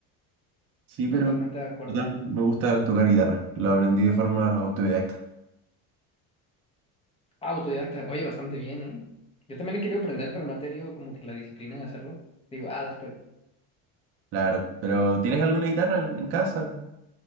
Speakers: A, on the right; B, on the left.
A: Sí, pero
B: totalmente de acuerdo.
A: total, me gusta tocar guitarra. Lo aprendí de forma autodidacta.
B: Ah, autodidacta. Oye, bastante bien, ¿eh? Yo también he querido aprender, pero no he tenido como que la disciplina de hacerlo. Digo, ah, después.
A: Claro, pero ¿tienes alguna guitarra en, en casa?